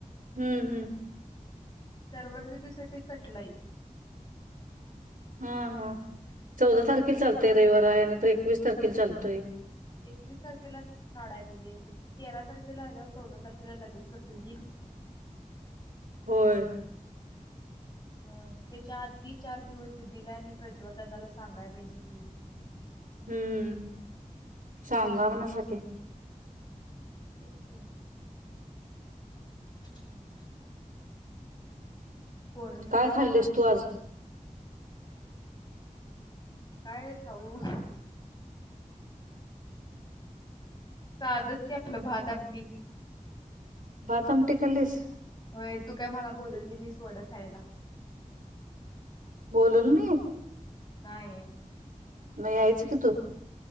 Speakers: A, on the right (about 80°); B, on the left (about 35°).
A: हम्म हम्म.
B: शर्वरी दीदीसाठी थटलय
A: हा हा. चौदा तारखे चालतंय रविवार आहे नंतर एक वीस तारखेला चालतोय.
B: एकवीस तारखेला काढाय ते तेरा तारखेला आल्यावर चौदा तारखेला लगेच कसं येईल.
A: होय.
B: म त्याच्या आधी चार दिवस दिदीला आणि प्रज्वलदादाला सांगाय पाहिजे कि.
A: हम्म सांगा म्हणासाकी
B: <inaudible> पौर्णिमाला
A: काय खाल्लीस तू आज
B: काय खाऊ साद च की अपल भात अमटी
A: भात आमटी खाल्लीस
B: होय तू काय मला बोलवली नाइस वडा खायला
A: बोलवलं नाही
B: नाही
A: म यायचं की तू